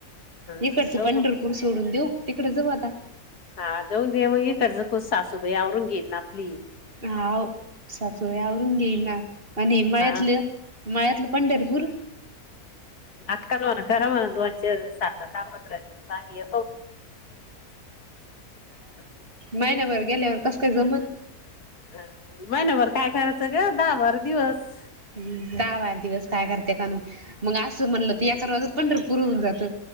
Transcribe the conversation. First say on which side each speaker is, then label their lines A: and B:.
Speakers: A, on the left (about 85°); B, on the right (about 40°).
A: हा
B: ये इकडच
A: जाऊ
B: पंढरपूर
A: म्हटलं
B: सोडून देऊ तिकडे जऊ आता
A: हा जाऊन दे म इकडच खूस सासूबाई आवरून घेईल ना आपली
B: हाव सासुबाय आवरून घेईन ना मग नेमायातल
A: हा
B: मायातल पंढरपूर
A: लाकाल ना करा म्ह दोनचे साख सापत्र दिव सांगी <unintelligible>
B: मायनाभर गेल्यावर कस काय जमल?
A: हा मइनाभर काय करायच ग दहा बारा दिवस
B: ह् दहा बार दिवस काय करते कानू मग अस म्हणल तर यक रोजजात पंढरपूर होऊन जात